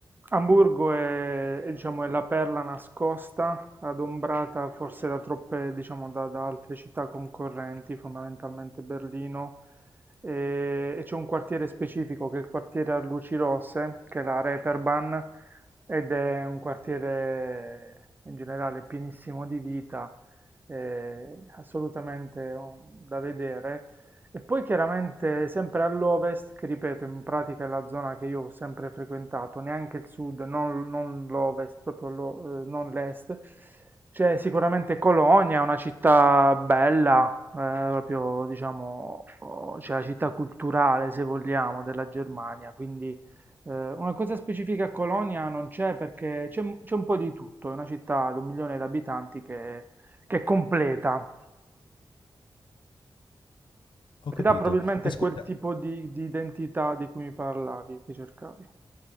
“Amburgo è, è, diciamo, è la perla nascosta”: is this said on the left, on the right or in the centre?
Right